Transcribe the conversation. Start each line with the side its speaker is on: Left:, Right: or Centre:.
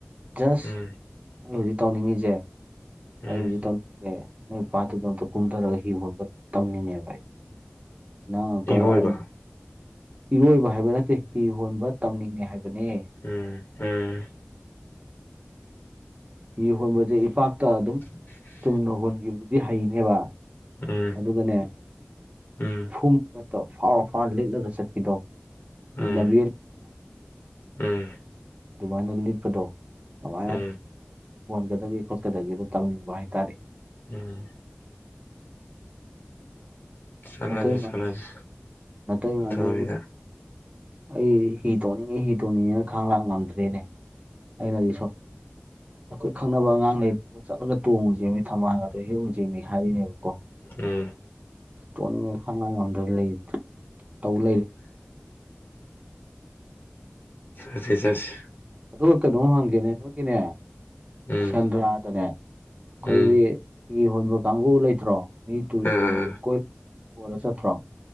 Right: ꯖꯁ
Left: ꯎꯝ
Right: ꯑꯩ ꯍꯧꯖꯤꯛ ꯇꯧꯅꯤꯡꯉꯤꯁꯦ ꯑꯩ
Left: ꯎꯝ
Right: ꯍꯧꯖꯤꯛ ꯇꯧꯅꯤꯡ ꯅ ꯄꯥꯇꯗ ꯀꯨꯝꯗꯔ ꯍ ꯇꯝꯅꯤꯅꯦꯥꯏ ꯅꯇ
Left: ꯏꯔꯣꯏꯕ
Right: ꯑꯩ ꯏꯔꯣꯏꯕ ꯍꯥꯏꯕ ꯅꯠꯇꯦ ꯍꯤ ꯍꯣꯟꯕ ꯇꯝꯅꯤꯡꯉꯦ ꯍꯥꯏꯕꯅꯦ
Left: ꯎꯝ ꯎꯝ
Right: ꯍꯤ ꯍꯣꯟꯕꯁꯦ ꯏꯄꯥꯛꯇ ꯑꯗꯨꯝ
Left: <unintelligible>
Right: ꯆꯨꯝꯅ ꯍꯣꯟꯈꯤꯕꯗꯨꯗꯤ ꯍꯩꯅꯦꯕ
Left: ꯎꯝ
Right: ꯑꯗꯨꯒꯅꯦ
Left: ꯎꯝ
Right: ꯐ ꯐꯥꯎꯔ ꯐꯥꯎꯔ ꯂꯤꯠꯂꯒ ꯆꯠꯄꯤꯗꯣ ꯅꯣꯏ
Left: ꯎꯝ
Right: ꯂꯝꯕꯦꯜ
Left: ꯎꯝ
Right: ꯑꯗꯨꯃꯥꯏꯅ ꯂꯤꯞꯄꯗꯣ ꯀꯃꯥꯏꯅ
Left: ꯎꯝ
Right: ꯑꯣꯣꯟꯒꯗꯒꯦ ꯈꯣꯠꯀꯗꯒꯦꯗꯣ ꯇꯝꯅꯤꯡꯕ ꯍꯥꯏꯇꯥꯔꯦ
Left: ꯎꯝ ꯆꯠꯂꯁꯤ
Right: ꯅꯠꯇꯇꯩ ꯃꯥ
Left: ꯆꯠꯂꯁꯤ
Right: ꯅꯠꯇꯇꯩ
Left: ꯑꯊꯨꯕꯤꯗ
Right: ꯃꯥꯅ ꯑꯩ ꯍꯤ ꯇꯣꯡꯅꯤꯡꯉꯤ ꯍꯤ ꯇꯣꯡꯅꯤꯡꯉꯦꯅ ꯈꯥꯡ ꯂꯥꯡ ꯉꯝꯗ꯭ꯔꯦꯅꯦ ꯑꯩꯅꯗꯤ ꯁ ꯑꯩꯈꯣꯏ ꯈꯪꯅꯕ ꯑꯉꯥꯡ ꯂꯩ ꯆꯠꯂꯒ ꯇꯣꯡꯉꯨ ꯆꯦꯃꯤ ꯊꯝꯃꯜꯒꯗ ꯍꯤꯡꯨ ꯆꯦꯃꯤ ꯍꯥꯏꯔꯤꯅꯦꯕꯀꯣ
Left: ꯎꯝ
Right: ꯇꯣꯅꯤꯡꯉꯩ ꯈꯪꯉꯉꯣꯟꯝꯗ ꯂꯩ ꯇꯧ ꯂꯩꯔꯤ
Left: ꯆꯠꯁꯤꯦ ꯆꯠꯁꯤꯦ
Right: ꯑꯗꯨꯒ ꯀꯩꯅꯣꯝ ꯍꯪꯒꯦꯅꯦ ꯅꯣꯏꯒꯤꯅꯦ
Left: ꯎꯝ
Right: ꯁꯦꯟꯗ꯭ꯔꯥꯗꯅꯦ ꯑꯩꯈꯣꯏꯗꯤ
Left: ꯎꯝ
Right: ꯍꯤ ꯍꯣꯟꯕ ꯀꯥꯡꯕꯨ ꯂꯩꯇ꯭ꯔꯣ ꯃꯤ
Left: ꯑꯥ
Right: ꯀꯣꯏꯅ ꯆꯠꯇ꯭ꯔꯣ